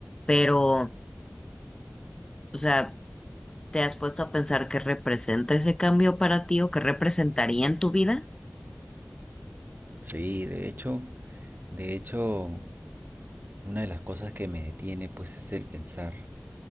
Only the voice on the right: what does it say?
Sí, de hecho, de hecho... Una de las cosas que me detiene pues es el pensar